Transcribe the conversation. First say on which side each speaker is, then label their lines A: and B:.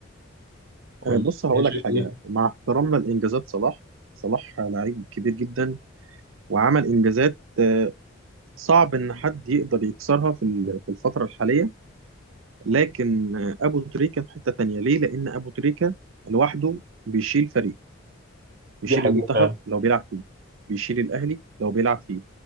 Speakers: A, on the right; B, on the right.
A: ولا
B: آه، بص هقول
A: ايه شايف
B: لك حاجه
A: ايه
B: مع احترامنا لانجازات صلاح صلاح لعيب كبير جدا وعمل انجازات آه، صعب ان حد يقدر يكسرها في ال- في الفتره الحاليه لكن آه، ابو تريكه في حته تانيه ليه لان ابو تريكه لوحده بيشيل فريق بيشيل
A: دي حقيقه
B: المنتخب
A: فعلا
B: لو بيلعب فيه بيشيل الاهلي لو بيلعب فيه